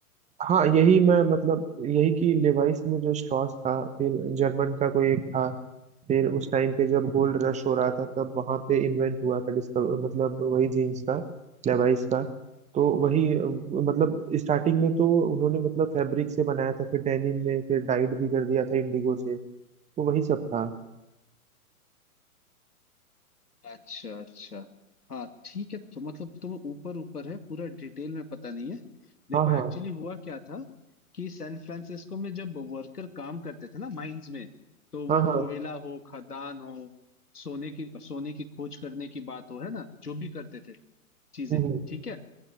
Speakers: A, on the right; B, on the left.
A: हाँ यही मैं मतलब यही कि लेवाइस में जो स्ट्रॉस था फिर जर्मन का कोई एक था फिर उस टाइम पे जब गोल्ड रश हो रहा था तब वहां पे इन्वेंट हुआ था डिस्कवर मतलब वही जीन्स का लेवाइस का तो वही अ, मतलब स्टार्टिंग में तो उन्होंने मतलब फैब्रिक से बनाया था फिर डेनिम में फिर डाइड भी कर दिया था इंडिगो से तो वही सब था
B: अच्छा अच्छा हाँ ठीक है तो मतलब तुम्हें ऊपर ऊपर है पूरा डिटेल में पता नहीं है देखो
A: हाँ हाँ
B: एक्चुअली हुआ क्या था कि सैन फ्रांसिस्को में जब वर्कर काम करते थे ना माइंस में तो वो
A: हाँ हाँ
B: कोयला हो खदान हो सोने की सोने की खोज करने की बात हो है ना जो भी करते थे चीजें
A: हम्म,
B: ठीक है